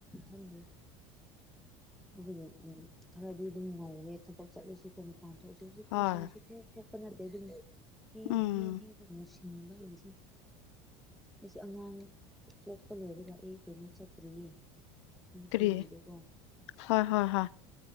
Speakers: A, in the centre; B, on the left.
A: ꯈꯪꯗꯦ ꯑꯗꯨꯒꯤ ꯎꯝ ꯈꯔꯗꯤ ꯑꯗꯨꯝ ꯉꯧꯋꯦ ꯊꯕꯛ ꯆꯠꯂꯁꯨꯀꯣꯝ ꯃꯄꯥꯟ ꯊꯣꯛꯇꯁꯨ
B: ꯍꯣꯏ
A: <unintelligible> ꯊꯣꯛꯄ ꯅꯠꯇꯦ ꯑꯗꯨꯝ ꯍꯦꯟ
B: ꯎꯝ
A: ꯍꯦꯟ ꯍꯦꯟꯅ ꯃꯨꯁꯤ <unintelligible> ꯑꯩꯁꯨ ꯑꯉꯥꯡ ꯄꯣꯛꯄ ꯂꯣꯏꯕꯗ ꯑꯩ ꯀꯩꯅꯣ ꯆꯠꯇ꯭ꯔꯤꯌꯦ ꯅꯨꯄꯤꯒꯤꯗꯨꯀꯣ
B: ꯀꯔꯤ ꯍꯣꯏ ꯍꯣꯏ ꯍꯣꯏ